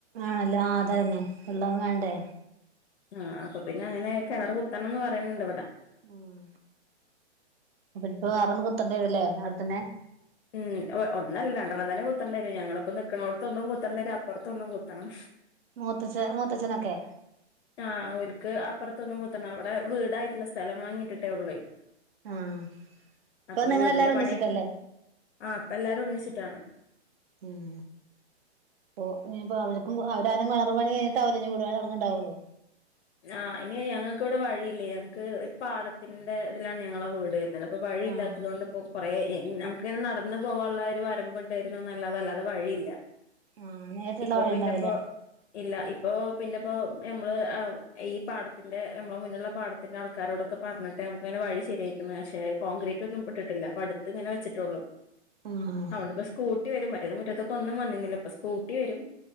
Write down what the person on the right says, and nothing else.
ആണല്ലോ ആ അതന്നെ വെള്ളാം വേണ്ടേ,
ഉം അപ്പ ഇപ്പ വേറെന്നും കുത്തേണ്ടി വരല്ലേ അവിടെത്തന്നെ
മൂത്തച് മൂത്തച്ഛനൊക്കെ
ആഹ് ഇപ്പൊ
നിങ്ങളെല്ലാരും
ഒന്നിച്ചിട്ടല്ലേ
ഉം ഇപ്പൊ ഇനിയിപ്പോ അവർക്കും അവര് ആരും കിണർ പണി കഴിഞ്ഞട്ട് അവര് വീടുണി തുടങ്ങണ്ടാവുള്ളു
ആഹ്
ആഹ് നേരിട്ടുള്ള
വഴി
ഉണ്ടാവില്ല
ആഹ്